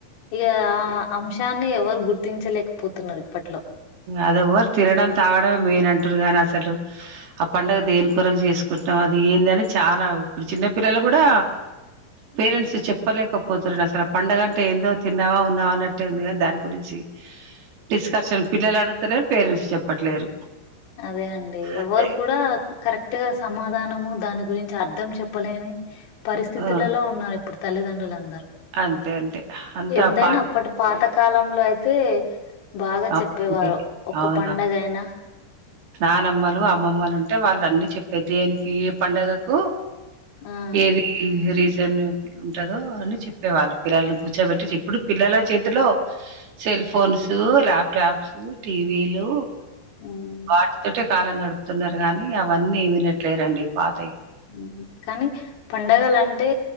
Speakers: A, on the left; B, on the right.
A: ఇగ ఆ అంశాన్ని ఎవరు గుర్తించలేకపోతున్నారు ఇప్పట్లో
B: అదవ ఎవరు తిడం తాగడం గాని అసలు ఆ పండుగది ఏను కొరకు చేసుకుంటున్నా అది ఏంది అని చాలా ఇప్పుడు చిన్న పిల్లలు కూడా పేరెంట్స్ చెప్పలేకపోతురు అసలు ఆ పండగ అంటే ఏందో తిన్నావా ఉన్నావా అన్నట్టే ఉంది కాని దాని గురించి స్ దర్శన పిల్లలు అడుగుతలేరు పేరెంట్స్ చెప్పట్లేరు
A: అదే అండి ఎవరు
B: అంతే
A: కూడా కరెక్ట్ కర్రీటు సమాధానము దాని గురించి అర్థం చెప్పలేని పరిస్థితులలో
B: ఆ
A: ఉన్నారు ఇప్పుడు తలిదండ్రులు అందారు
B: అంతే అంతే అంతా
A: ఎంతైనా
B: పా
A: అప్పటి పాతకాలంలో అయితే బాగా
B: అవునండి.
A: చెప్పేవారు ఒ
B: అవును.
A: పండగ అయినా
B: నానమ్మలు అమ్మమ్మలు ఉంటే వాళ్ళు అన్నీ చెప్పేది దేనికి ఏ పండుగకు
A: ఆ
B: ఏది రీజ దేన్ ఉంటదో అని చెప్పేవాళ్ళు పిల్లని కూర్చోబెట్టి ఇప్పుడు పిల్లల చేతిలో సెల్ ఫోన్స్, ల్యాప్టాప్స్ టీవీలు
A: ఉమ్
B: వాట్ తోటి కాలం గడుపుతున్నారు గానీ అవన్నీ వినట్లేరండి పాతయ్
A: మ్మ్ కానీ పండగలంటే